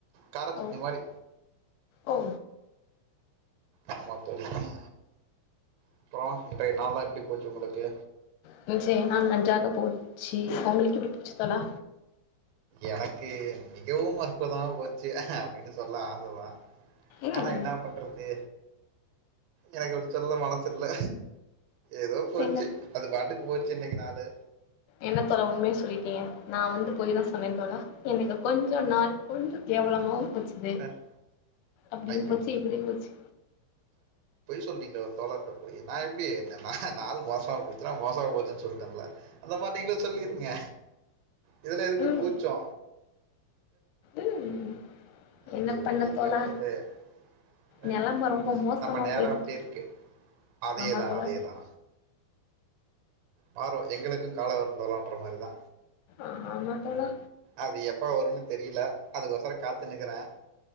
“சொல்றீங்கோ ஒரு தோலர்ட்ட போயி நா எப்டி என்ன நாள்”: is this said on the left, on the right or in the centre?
Right